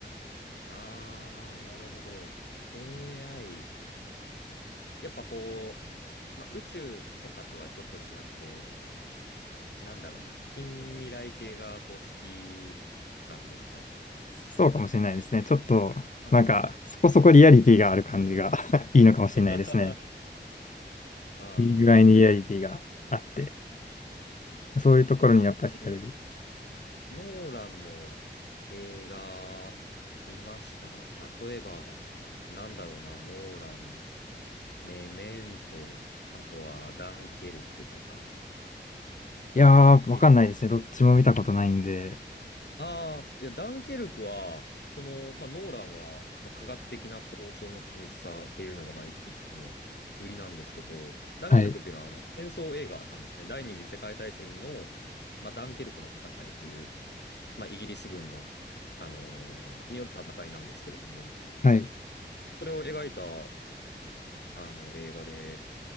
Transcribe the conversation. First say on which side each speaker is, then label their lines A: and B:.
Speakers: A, on the left; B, on the left.
A: あー、なるほど。AI。やっぱこう、まあ、宇宙とかとはちょっと違って、なんだろうな、近未来系がこう好きなんですか
B: そうかもしれないですね。ちょっと、
A: あ
B: なんか、そこそこリアリティがある感じが <laughs> いいのかもしれないですね。
A: <laughs> あー、
B: いい具合にリアリティがあって、
A: なるほど。
B: そういうところにやっぱ惹かれる。
A: 他にノーランの映画見ました例えば、なんだろうな、ノーラン、メメント、あとはダンケルクとか、
B: いやー、わかんないですね。
A: 見た
B: どっちも見たことないんで。
A: ああ、いや、ダンケルクは、その、まあ、ノーランは、まあ、科学的な交渉の緻密さっていうのが、まあ、い一個の売りなんですけど、ダンケルクっていうのは、
B: はい。
A: あの戦争映画なんですね。第二次世界大戦の、まあ、ダンケルクの戦いという、まあ、イギリス軍の、あのーによる戦いなんですけれども、
B: はい。
A: それを描いた、あの、映画で、